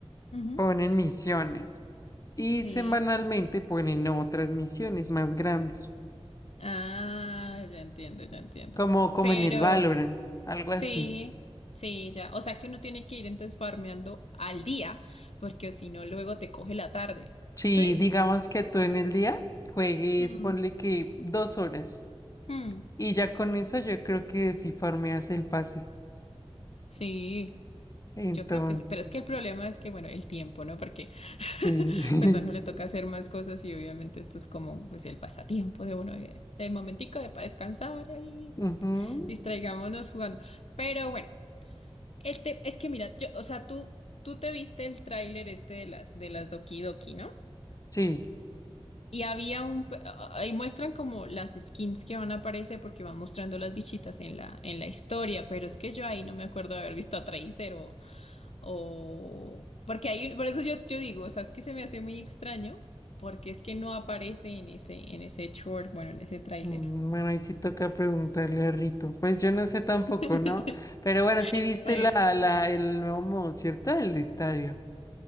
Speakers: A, on the left (about 80°); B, on the left (about 35°).
A: Ujú.
B: ponen misiones. y
A: Sí.
B: semanalmente ponen otras misiones más grandes,
A: Ah, ya entiendo, ya entiendo.
B: como, como
A: Pero
B: en el Valorant, algo así.
A: sí, sí, ya. O sea que uno tiene que ir entonces farmeando al día porque si no luego te coge la tarde.
B: Si
A: ¿Sí?
B: digamos que tú en el día juegues,
A: Mm.
B: ponle que dos horas,
A: Mm,
B: y ya con eso yo creo que sí farmeas el pase.
A: sí.
B: Entonces,
A: Yo creo que sí, pero es que el problema es que, bueno, el tiempo, ¿no? Porque <laughs>
B: sí.
A: pues a uno le toca hacer más cosas y obviamente esto es como pues el pasatiempo de uno, eh, el momentico de para descansar y ahí,
B: <laughs>
A: pues
B: Ujú,
A: distraigámonos jugando. Pero bueno, el te- es que mira, yo, o sea, tú, tú te viste el tráiler este de las, de las Doki Doki, ¿no?
B: Sí.
A: Y había un, pe- ahí muestran como las skins que van a aparecer porque van mostrando las bichitas en la, en la historia, pero es que yo ahí no me acuerdo de haber visto a Tracer o, o, porque ahí, por eso yo, yo digo, o sea, es que se me hace muy extraño porque es que no aparece en ese, en ese short, bueno, en ese tráiler.
B: Mm, Bueno, ahí sí toca preguntarle a Rito. Pues yo no sé tampoco,
A: <laughs>
B: ¿no? Pero bueno, sí viste
A: Sí.
B: la, la, el nuevo modo, ¿cierto? El de estadio.